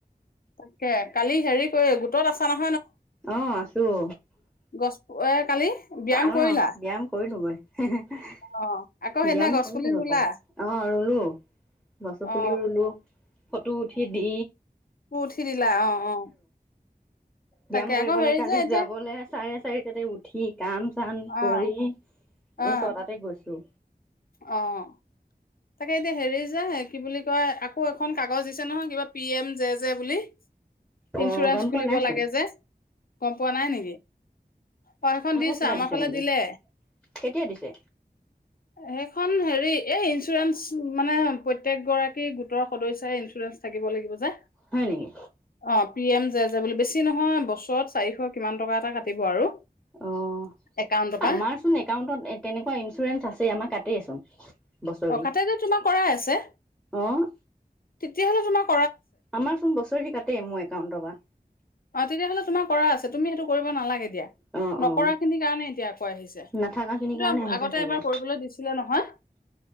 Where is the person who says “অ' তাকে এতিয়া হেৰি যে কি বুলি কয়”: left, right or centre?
Left